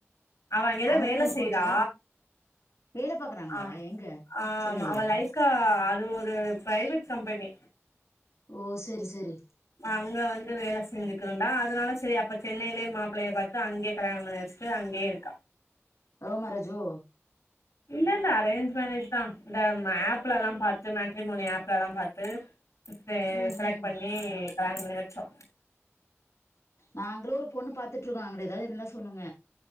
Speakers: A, on the left; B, on the left.
A: அவ அங்யேதா
B: அவங்களு
A: வேல செய்றா.
B: கோச்சா வேல பாக்குறாங்களா
A: அ
B: எங்க
A: ஆமா
B: சென்னையிலயா
A: அவ லைஃப்கா அது ஒரு பிரைவேட் கம்பெனி.
B: ஓ செரி செரி.
A: அங்க வந்து வேல செஞ்சு கிருந்தா அதுனால சேரி அப்ப சென்னைலியே மாப்பிளைய பாத்து அங்யே கல்யாணம் பண்ணியாச்சு. ட்டு அங்யே இருக்கா.
B: லவ் மேரேஜோ?
A: இல்ல இல்ல அரேஞ்ச் மேரேஜ்தா. இந்தம் ஆப்லெல்லாம் பாத்து மேட்ரிமோனி ஆப்லெல்லாம் பாத்து தே
B: ம்
A: செலக்ட்
B: ம்
A: பண்ணி கல்யாண பண்ணி வச்சோ
B: நாங்களு ஒரு பொண்ணு பாத்துட்ருக்கோ அங்குட்டு எதாது இருந்தா சொல்லுங்க